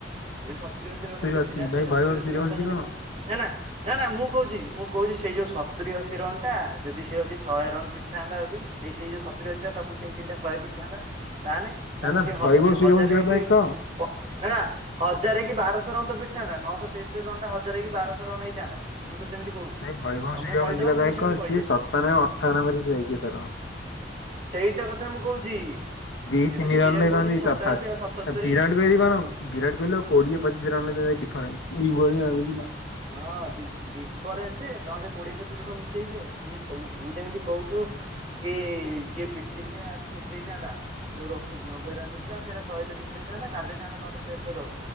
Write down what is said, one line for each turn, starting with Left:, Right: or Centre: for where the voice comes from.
Right: ଯୋଉ ସତୁରି, ଅଶୀ ରନ ପିଟିଥିଲା,
Left: ଅଶୀ ଭାଇ
Right: ସେଇ ସତୁରି,
Left: ଭୈଭବ
Right: ଅଶୀ
Left: ସୂର୍ଯ୍ୟବଂଶୀ
Right: ରନ ଟା ଯଦି
Left: କଣ
Right: ମୁଁ ନା, ନା, ନା, ନା ମୁଁ କହୁଛି, ମୁଁ କହୁଛି। ସେଇ ଯୋଉ ସତୁରି, ଅଶୀ ରନ ଟା ଯଦି ସେ ଯଦି ଶହେ ରନ ପିଟିଥାନ୍ତା, ଯଦି ସେଇ ଯୋଉ ସତୁରି, ଅଶୀ ଟା ସବୁ ତିନି ତିନିଟା ଶହେ ପିଟିଥାନ୍ତା। ତା ନେ, ତାନେ
Left: ନା
Right: ତ
Left: ନା
Right: ସେ
Left: ଭୈଭବ ସୂର୍ଯ୍ୟବଂଶୀ
Right: ହଜାରେ
Left: କଥା
Right: କି
Left: କହ
Right: ପ ନା, ନା ହଜାର କି ବାରଶହ ରନ ତ ପିଟିଥାନ୍ତା, ନଅଶହ ତେସ୍ତରି ରନ୍ ଟା ହଜାର କି ବାରଶହ ରନ ହେଇଥାନ୍ତା। ତ ସେମିତି କହୁଛି
Left: ଭାଇ ଭଇବହ
Right: ତମେ
Left: ସୂର୍ଯ୍ୟବଂଶୀ
Right: କହିଦବ
Left: କଥା
Right: ମୁଁ ବି ସେମିତି
Left: କଣ,
Right: କହିଦେମି
Left: ସିଏ ସତାନବେ ଅଠାନବେ ରେ ସେ ଯାଇଛି ତାର।
Right: ସେଇଟା କଥା ମୁଁ କହୁଛି,
Left: ଦି
Right: ସେମିତି
Left: ତିନି ରନ
Right: ବିରାଟ
Left: ରେ
Right: କୋହଲି
Left: କନ୍ତିି
Right: ସତାଅଶୀ
Left: ତଫାତ୍,
Right: ଆଉ ସତସ୍ତରୀ
Left: ବିରାଟ କୋହଲିି କଣ ବିରାଟ କୋହିଲ କୋଡିଏ ପଚିଶିରନ ଭିତରେ ଡିଫରେନଣ୍ଟ ସେଇ ଭଳିଆ ବୁଝିଲ।
Right: ହଁ ଡିଫରେନ୍ସ ଯେ ତମେ ସେ କୋଡିଏ ପଚିଶ ଜଣ ମିଶେଇ ଦିଅ ସଏ ତୁ ଯେମିତି କହୁଛୁ କି ଯି <unintelligible> ଏ ପିଠ ଦେଇ ଥାନ୍ତା <unintelligible> ନବେ ରେ ଆସି ଥିଲା ସେ ଶହେ ଯଦି ପିଟି ଦେଇଥାନ୍ତା କାଟି କାଟି ଦେଇ ଥାନ୍ତେ ନଅଶହ ତେସ୍ତର ରନ